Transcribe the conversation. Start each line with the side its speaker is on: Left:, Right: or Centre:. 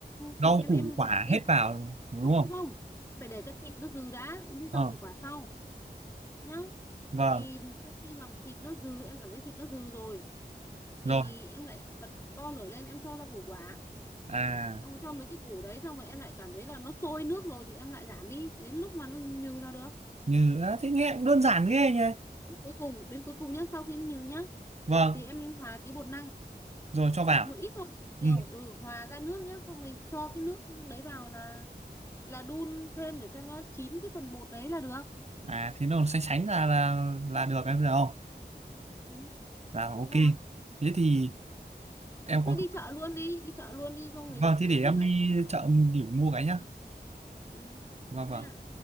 Right: rau
Left: thì em
Right: củ
Left: em
Right: quả
Left: giảm đi
Right: hết vào đúng
Left: không không
Right: không?
Left: không phải để cho thịt nó dừ đã với rau
Right: Ờ,
Left: củ quả sau nhá
Right: vâng,
Left: thì sau khi mà thịt nó dừ em cảm thấy thịt nó dừ rồi thì
Right: rồi.
Left: em lại bật to lửa lên em cho rau củ quả
Right: À,
Left: xong rồi cho mấy cái củ đấy xong rồi em lại cảm thấy là nó sôi nước rồi thì em lại giảm đi đến lúc mà nó nhừ là được
Right: như à, thế nghe cũng đơn giản ghê nhỉ.
Left: đến cuối cùng đến cuối cùng nhá sau khi nó nhừ nhá
Right: Vâng,
Left: thì em hòa tí bột năng
Right: rồi cho vào.
Left: một ít thôi nhiều
Right: Ừ.
Left: ừ hòa ra nước nhá xong rồi cho cái nước đấy vào là là đun thêm để cho nó chín cái phần bột đấy là được
Right: À thế nó sánh sánh là là là được em thấy không?
Left: ừ, ừ
Right: là ok
Left: đúng rồi
Right: thế thì em có
Left: thế đi chợ luôn đi đi chợ luôn đi không
Right: vâng
Left: thì
Right: thế
Left: tí
Right: để
Left: nữa
Right: em
Left: lại
Right: đi
Left: hụt đấy
Right: chợ điểm mua cái nhá
Left: ừ
Right: vâng
Left: nha
Right: vâng